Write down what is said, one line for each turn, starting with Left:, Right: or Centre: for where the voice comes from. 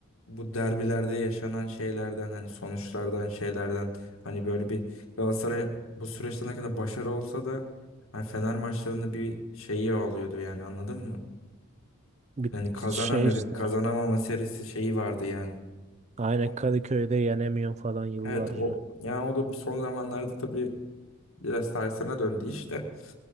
Left: bu derbilerde yaşanan şeylerden hani sonuçlardan şeylerden hani böyle bir Galatasaray bu süreçte ne kadar başarı olsa da hani Fener maçlarında bir şeyi oluyordu yani anladın mı?
Right: Bir
Left: Yani kazanamıyorduk.
Right: şey işte.
Left: Kazanamama serisi şeyi vardı yani.
Right: Aynen
Left: Ama
Right: Kadıköy'de yenemiyor falan yıllarca.
Left: Evet o yani o da son zamanlarda tabii biraz tersine döndü işte.